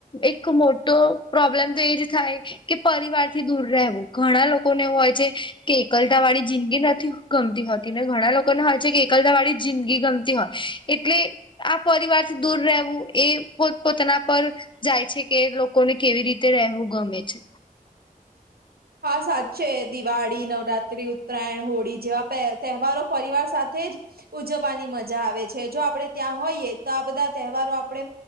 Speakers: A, on the left; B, on the right.
A: એક મોટો પ્રોબ્લેમ તો એ જ થાય કે પરિવાર થી દૂર રહેવું ઘણા લોકોને એવું હોય છે કે એકલતા વાળી જિંદગી નથી ગમતી હોતી ને ઘણા લોકોને હોય છે કે એકલતા વાળી જિંદગી ગમતી હોય એટલે આ પરિવારથી દૂર રહેવું એ પોત પોતાના પર જાય છે કે લોકોને કેવી રીતે રહેવું ગમે છે.
B: હા સાચે દિવાળી, નવરાત્રી, ઉત્તરાયણ, હોળી જેવા પ તહેવારો પરિવાર સાથે જ ઉજવવાની મજા આવે છે. જો આપણે ત્યાં હોઈએ તો આ બધા તહેવારો આપણે